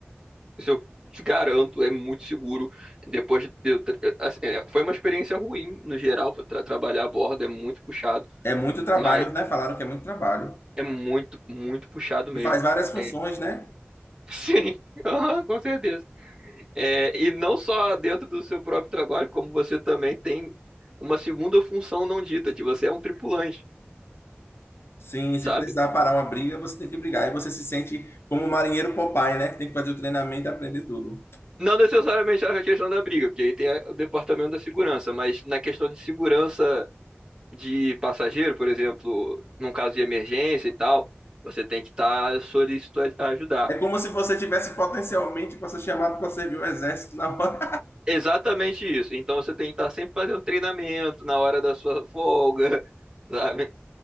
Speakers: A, on the right; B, on the left.
A: Isso eu te garanto, é muito seguro. Depois de eu tra- eh, assim, é, foi uma experiência ruim no geral para trabalhar a bordo, é muito puxado,
B: É muito trabalho,
A: mas
B: né? Falaram que é muito trabalho.
A: é muito, muito puxado
B: E
A: mesmo.
B: faz várias funções,
A: É, <laughs>
B: né?
A: sim, aham, com certeza. É, e não só dentro do seu próprio trabalho, como você também tem uma segunda função não dita, que você é um tripulante.
B: Sim, se
A: Sabe?
B: precisar parar uma briga, você tem que brigar. E você se sente como o marinheiro Popeye, né? Tem que fazer o treinamento e aprender tudo.
A: Não necessariamente a questão da briga, porque aí tem a- o departamento da segurança, mas na questão de segurança de passageiro, por exemplo, num caso de emergência e tal, você tem que estar solícito a ajudar.
B: É como se você tivesse potencialmente para ser chamado para servir o exército na hora.
A: Exatamente isso. Então você tem que estar sempre fazendo treinamento na hora da sua folga, <laughs> sabe?